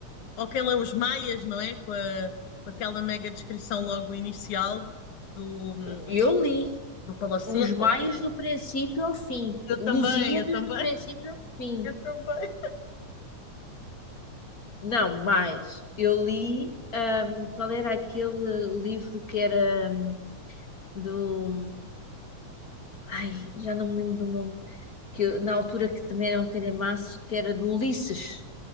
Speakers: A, on the left; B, on the left.
A: Ou quem lê os Maias, não é? Com, a- com aquela mega descrição logo inicial do, hum,
B: Eu li.
A: do palacete,
B: Os maias
A: ou
B: do princípio ao fim.
A: Eu
B: Lusíadas
A: também, eu também,
B: do princípio ao
A: <laughs>
B: fim.
A: eu também.
B: Não, mais. Eu li. ahm, qual era aquele livro que era hum, do. Ai, já não me lembro do nome. Que, eu- na altura que também era um calhamaço, que era do Ulisses.